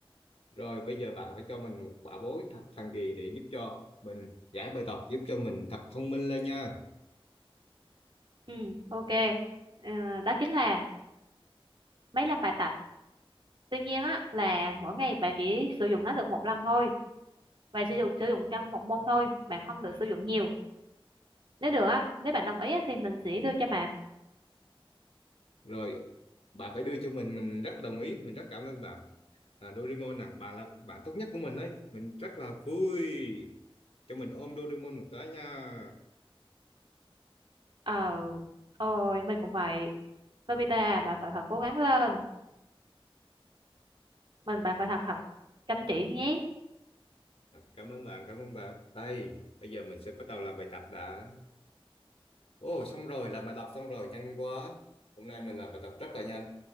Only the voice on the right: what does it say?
ừ ok Ờ, đó chính là máy làm bài tập tuy nhiên á là mỗi ngày bạn chỉ sử dụng nó được một lần thôi và sử dụng sử dụng cho một môn thôi bạn không được sử dụng nhiều nếu được á nếu bạn đồng ý á, thì mình sẽ đưa cho bạn
ờ ôi mình cũng vậy Nobita à, bạn phải thật cố gắng lên mình bạn phải thật học chăm chỉ nhé